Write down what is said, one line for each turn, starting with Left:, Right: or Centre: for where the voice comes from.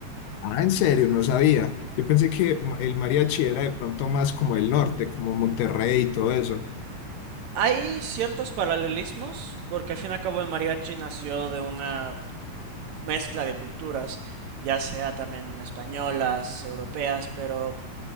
Left: Ah, en serio, no sabía. Yo pensé que ma- el mariachi era de pronto más como el norte, como Monterrey y todo eso.
Right: Hay ciertos paralelismos porque al fin y al cabo el mariachi nació de una mezcla de culturas, ya sea también españolas, europeas, pero